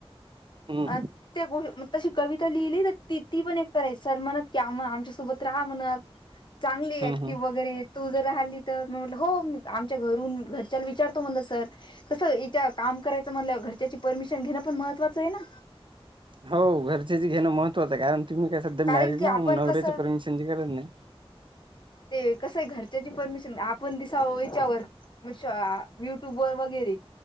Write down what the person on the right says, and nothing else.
हं,
हं,
हं.
हो घरच्याचे घेणं महत्वाचं हाय कारण तुम्ही काय सध्या मॅरिड
नव्ह
म्हणून नवऱ्याची
परमिशनची गरज नाही.